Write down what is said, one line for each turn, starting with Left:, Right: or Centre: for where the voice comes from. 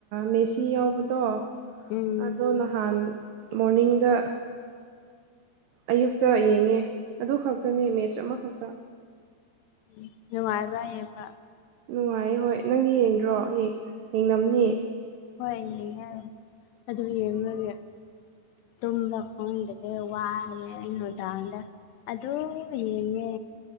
Right: ꯃꯦꯁꯤ ꯌꯥꯎꯕꯗꯣ
Left: ꯎꯝ
Right: ꯑꯗꯣ ꯅꯍꯥꯟ ꯃꯣꯔꯅꯤꯡꯗ ꯑꯌꯨꯛꯇ ꯌꯦꯡꯉꯦ ꯑꯗꯨ ꯈꯛꯇꯅꯦ ꯃꯦꯠꯁ ꯑꯃꯈꯛꯇ
Left: ꯎ ꯅꯨꯡꯉꯥꯏꯕ꯭ꯔꯥ ꯌꯦꯡꯕ
Right: ꯅꯨꯡꯉꯥꯏ ꯍꯣꯏ ꯅꯪꯗꯤ ꯌꯦꯡꯗ꯭ꯔꯣ ꯌꯦꯡꯅꯕꯝꯅꯤ
Left: ꯍꯣꯏ ꯌꯦꯡꯉꯦꯅꯦ ꯑꯗꯨ ꯌꯦꯡꯕꯒꯦ ꯇꯨꯝꯕ ꯈꯪꯗꯕꯦ ꯦ ꯋꯥꯅꯦ ꯏꯩꯅꯣꯗꯥꯗ ꯑꯗꯨꯗ ꯌꯦꯡꯉꯦ